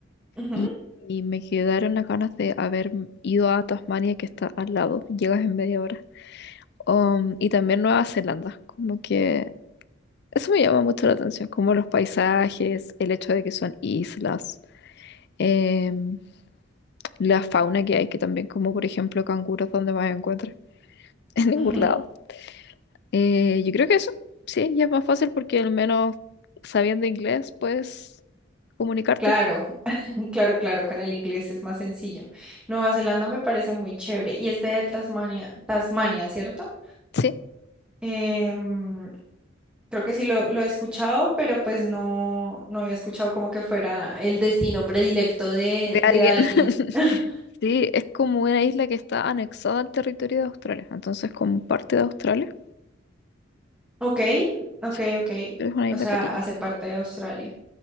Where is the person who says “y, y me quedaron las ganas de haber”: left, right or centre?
Left